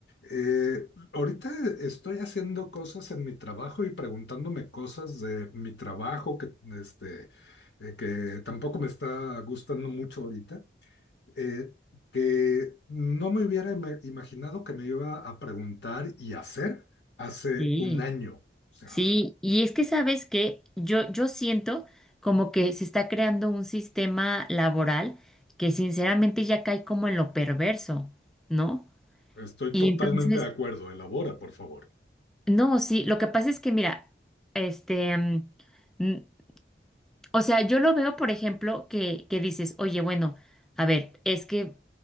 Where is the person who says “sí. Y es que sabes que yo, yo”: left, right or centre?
Centre